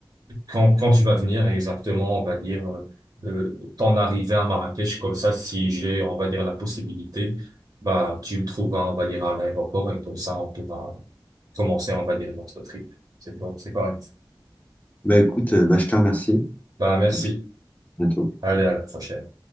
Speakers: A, on the right; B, on the left.
A: quand, quand tu vas venir exactement, on va dire, euh, euh, ton arrivée à Marrakech, comme ça, si j'ai, on va dire, la possibilité, bah, tu me trouveras, on va dire, à l'aéroport et comme ça, on pourra commencer, on va dire, notre trip. C'est bon, c'est correct.
B: Bah écoute, euh, bah, je te remercie
A: Bah, merci.
B: et puis à bientôt.
A: Allez, à la prochaine.